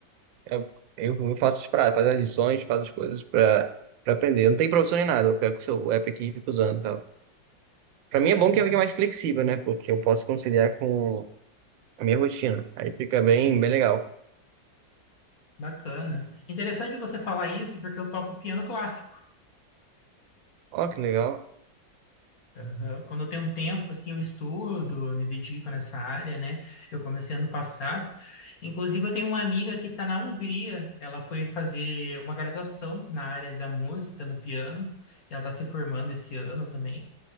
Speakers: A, on the right (about 85°); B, on the left (about 50°).
A: Eu, eu faço pra, faço as lições, faço as coisas pra, pra aprender. Eu não tem professor nem nada, eu pego o seu app aqui e fico usando e tal. Pra
B: Ah,
A: mim é bom
B: legal.
A: que é mais flexível, né? Porque eu posso conciliar com a minha rotina. Aí fica bem, bem legal.
B: Bacana. Interessante você falar isso, porque eu toco piano clássico.
A: Ó, que legal.
B: Aham. Quando eu tenho um tempo, assim, eu estudo, eu me dedico nessa área, né? Eu comecei ano passado. Inclusive, eu tenho uma amiga que está na Hungria. Ela foi fazer uma graduação na área da música, no piano, e ela está se formando esse ano também.